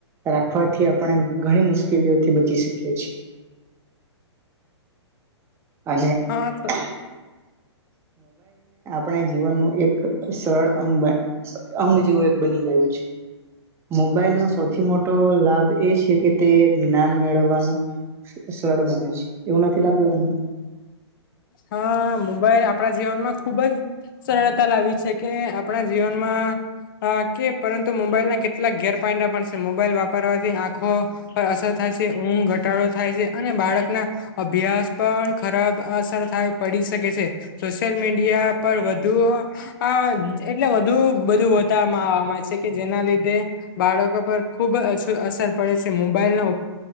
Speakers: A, on the right (about 15°); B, on the left (about 45°).
A: રાખવાથી આપણે ઘણી મુશ્કેલીઓથી બચી શકીએ છીએ, <unintelligible> અને
B: હા
A: ખા આપણે જીવનનું એક સરળ અંગબાય અંગ જેવું એક બની ગયું છે, મોબાઈલનો સૌથી મોટો લાભ એ છે, કે તે જ્ઞાન મેળવવાનું સરળ બને છે, એવું નથી લાગ્યું તમને
B: હા મુ ભાઈ આપણા જીવનમાં ખુબ જ સરળતા લાવી છે, કે આપણા જીવનમાં હ કે પરંતુ મોબાઈલ ના કેટલાક પણ છે, મોબાઈલ વાપરવાથી આંખો પર અસર થાય છે ઊંઘ ઘટાડો થાય છે, અને બાળક ના અભ્યાસ પણ ખરાબ અસર પડી શકે છે સોશિયલ મીડિયા પર વધુ અ <inaudible> <unintelligible> છે કે જેના લીધે બાળકો પર <unintelligible> અસર પડે છે મોબાઈલના ઉ